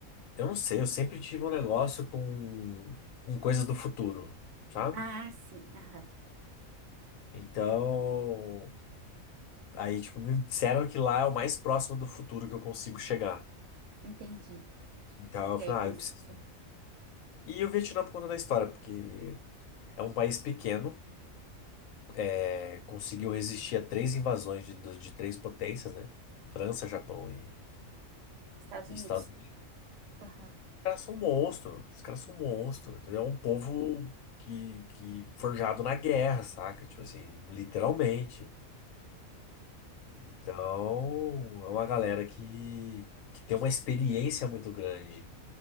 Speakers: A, on the left (about 75°); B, on the right (about 65°).
A: Eu não sei, eu sempre tive um negócio com, com coisas do futuro, sabe?
B: Ah, sim, aham.
A: Então, aí, tipo, me disseram que lá é o mais próximo do futuro que eu consigo chegar.
B: Entendi.
A: Então, eu
B: E
A: falei,
B: aí, por
A: ah,
B: isso
A: eu preciso.
B: que tu.
A: E o Vietnã por conta da história, porque é um país pequeno, é, conseguiu resistir a três invasões de, de de três potências, né? França, Japão e,
B: Estados
A: e
B: Unidos.
A: Estados Unidos.
B: Aham.
A: Os caras são monstros, os caras são monstros, entendeu? É um povo que, que forjado na guerra, saca? Tipo assim, literalmente. Então, é uma galera que, que tem uma experiência muito grande.